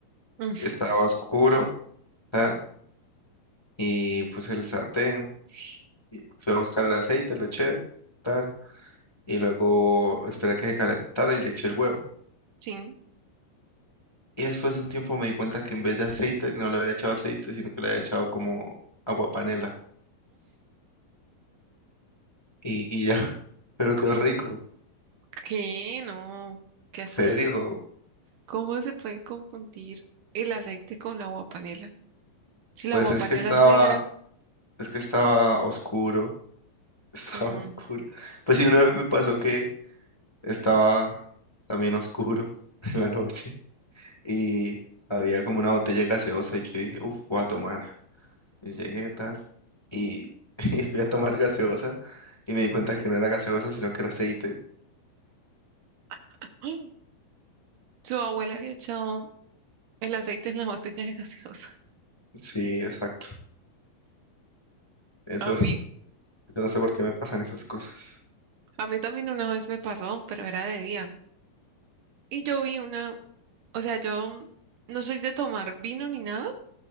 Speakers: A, on the right; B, on the left.
A: Mm,
B: estaba oscuro, tal, y puse el sartén, y fui a buscar el aceite, lo eché, tal, y luego esperé a que se calentara y le eché el huevo.
A: Sí. Mm,
B: Y después de un tiempo me di cuenta que en vez de aceite no le había echado aceite, sino que le había echado como agua panela y, y ya. <laughs> Pero
A: ¿Cómo?
B: quedó rico,
A: ¿Qué? No, qué asco.
B: serio.
A: ¿Cómo se puede confundir el aceite con la agua panela? Si la
B: Pues
A: guapanela
B: es que estaba,
A: es negra,
B: es que estaba oscuro, <laughs> estaba
A: mm,
B: oscuro. Pues sí, una vez me pasó que estaba también oscuro <laughs> en la noche. y había como una botella gaseosa y yo dije, uff, voy a tomar. Y llegué tal y, <laughs> y fui a tomar gaseosa y me di cuenta
A: ujú.
B: que no era gaseosa, sino que era aceite.
A: <gasps> ¡Ay! Su abuela había echado el aceite en la botella de gaseosa. <laughs>
B: Sí, exacto. Eso,
A: A mí,
B: <laughs> yo no sé por qué me pasan esas cosas.
A: a mí también una vez me pasó, pero era de día. Y yo vi una, o sea, yo no soy de tomar vino ni nada,